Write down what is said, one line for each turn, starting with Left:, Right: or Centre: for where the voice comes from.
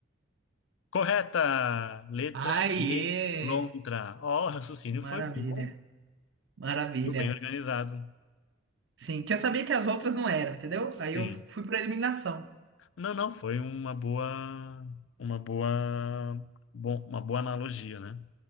Left: Correta! Letra
Right: Aê!
Left: B, lontra. Ó, o raciocínio
Right: Maravilha.
Left: foi bom.
Right: Maravilha.
Left: Deu bem organizado.
Right: Sim, que eu sabia que as outras não eram, entendeu? Aí
Left: Sim.
Right: eu fui para eliminação.
Left: Não, não, foi uma boa, uma boa, bom, uma boa analogia, né?